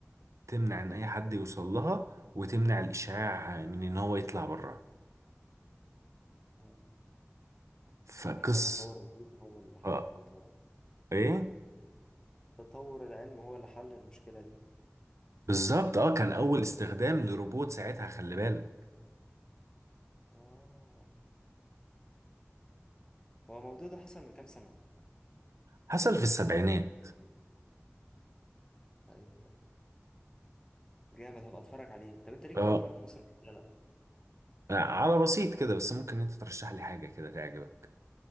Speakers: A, on the right; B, on the left.
A: تمنع ان اي حد يوصل لها وتمنع الاشاعة من ان هو يطلع بره
B: آه،
A: فقص
B: سبحان الله تطور العلم هو اللي حل
A: اه
B: الموضوع ده
A: ايه
B: تطور العلم هو اللي حل المشكلة دي
A: بالظبط اه كان اول استخدام لروبوت ساعتها خلي بالك
B: آه هو الموضوع ده حصل من كام سنة؟
A: حصل في السبعينات
B: أيوه أيوه جامد هبقى أتفرج عليه طب أنت ليك
A: اه
B: في الأفلام المصرية؟ ولا لأ؟
A: على بسيط كده بس ممكن انت ترشح لي حاجة كده تعجبك